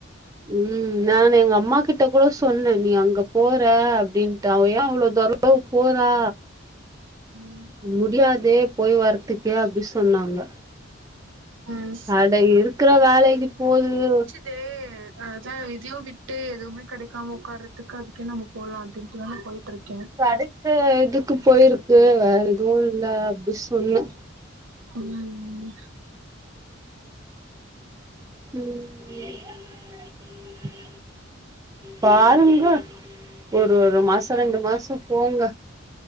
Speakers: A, on the right; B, on the right.
A: ம் நானு எங்க அம்மா கிட்ட கூட சொன்னே நீ அங்க போற அப்டின்ட்டு அவ ஏ அவ்ளோ தர போறா
B: ம்
A: முடியாதே போய் வரதுக்கே அப்டி சொன்னாங்க
B: ம்
A: அட இருக்கற வேலைக்கு போதுவே
B: இது அ அதா இதும் விட்டு கடைக்காம ஒக்காரதுக்கு அதுக்கே நம்ம போலாம் அப்டின்ட்டுதா நா போயிட்டுருக்கே
A: கேடச்ச இதுக்கு போயிருக்கு வேற எதுவு இல்ல அப்டி சொன்ன
B: ம்
A: ம் பாருங்க ஒரு ஒரு மாச ரெண்டு மாசம் போங்க